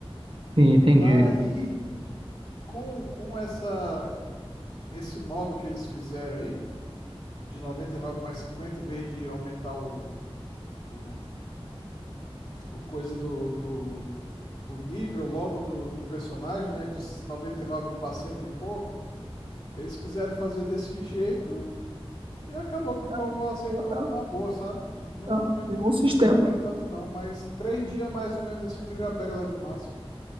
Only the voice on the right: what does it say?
Sim, entendi.
É,
um, é-
um, é-
um, é um sistema.